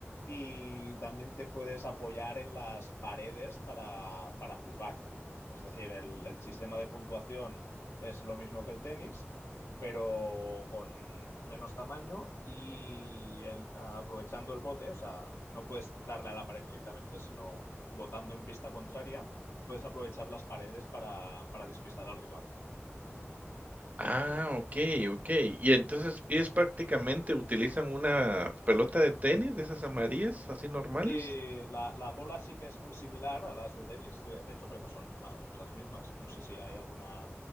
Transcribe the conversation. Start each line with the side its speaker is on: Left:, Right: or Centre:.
Left: y también te puedes apoyar en las paredes para, para jugar. Es decir, el, el sistema de puntuación es lo mismo que el tenis, pero con menos tamaño y el- aprovechando el bote, o sea, no puedes darle a la pared directamente, sino Votando en pista contraria, puedes aprovechar las paredes para, para despistar al rival.
Right: Ah, ok, ok. Y entonces, ¿es prácticamente utilizan una pelota de tenis de esas amarillas, así normales?
Left: Sí, la, la bola sí que es muy similar a las de tenis. eh, De hecho, creo que son más o menos las mismas. No sé si hay alguna,